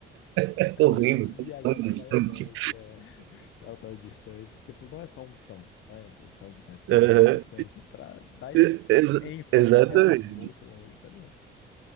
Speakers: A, on the right (about 85°); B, on the left (about 85°).
A: <laughs>
B: É
A: o
B: muito
A: reino
B: viajar
A: tão tão
B: da
A: distante.
B: maionese, é <laughs> tão, tão distante. Tipo, não é só um tão, não é tão distante, é tão,
A: Aham.
B: tão distante, pra dar
A: Ex-
B: ênfase
A: exatamente.
B: que era muito longe, tá ligado?